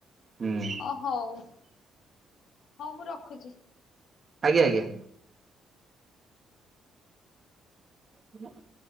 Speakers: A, on the right (about 40°); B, on the left (about 70°).
A: ହୁଁ
B: ଓ ହଉ। ହଉ ମୁଁ ରଖୁଚି।
A: ଆଜ୍ଞା ଆଜ୍ଞା। <unintelligible>